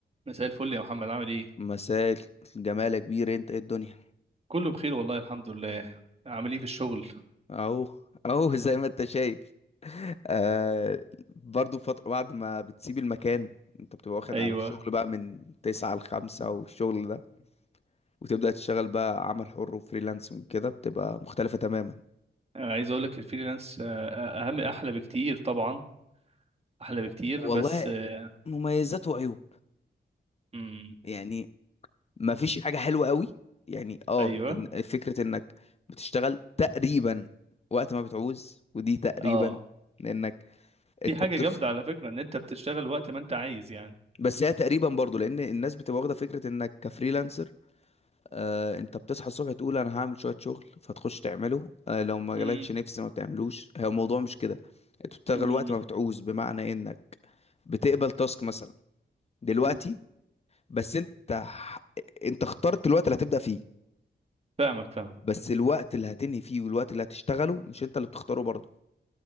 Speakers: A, on the right; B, on the left.
A: مساء الفل يا محمد عامل ايه
B: مساء الجمال يا كبير انت ايه الدنيا
A: كله بخير والله الحمد لله عامل ايه في الشغل
B: اهو اهو <laughs> زي ما انت شايف آه برضو فترة بعد ما بتسيب المكان انت بتبقى واخد
A: ايوه
B: على الشغل بقى من تسعة لخمسة والشغل ده وتبدأ تشتغل بقى عمل حر وفريلانسنج كده بتبقى مختلفة تماما
A: أنا عايز اقول لك الفريلانس آه، آه، اهم احلى بكتير طبعا احلى بكتير
B: و- والله
A: بس آه،
B: مميزات وعيوب
A: امم
B: يعني ما فيش حاجة حلوة قوي يعني اه
A: ايوه
B: ان- فكرة انك بتشتغل تقريبا وقت ما بتعوز ودي تقريبا
A: اه
B: لانك انت
A: دي حاجه
B: بتخ...
A: جامده على فكره ان انت بتشتغل وقت ما انت عايز يعني
B: بس هي تقريبا برضو لان الناس بتبقى واخده فكره انك كفريلانسر آه انت بتصحى الصبح تقول انا هعمل شويه شغل فتخش تعمله آه لو ما جالكش
A: امم
B: نفس ما بتعملوش هي الموضوع مش كده انت بتشتغل
A: أمم، أمم،
B: وقت ما بتعوز بمعنى انك بتقبل تاسك مثلا دلوقتي
A: أمم.
B: بس انت ح- انت اخترت الوقت اللي هتبدا فيه
A: فاهمك فاهمك
B: بس الوقت اللي هتنهي فيه والوقت اللي هتشتغله مش انت اللي بتختاره برضو